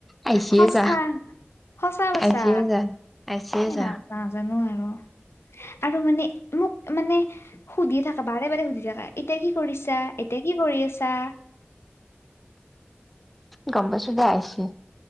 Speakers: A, in the centre; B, on the left.
A: আহিছিয়ে
B: সঁচা
A: যা
B: সঁচা কছা,
A: আহিছিয়ে যা আহিছিয়ে
B: এই
A: যা।
B: নাজানো আৰু আৰু মানে মোক মানে সুধিয়ে থাকা বাৰে বাৰে সুধি থাকে, এতিয়া কি কৰিছা, এতিয়া কি কৰি আছা?
A: গম পাইছোঁ দে আহিছে।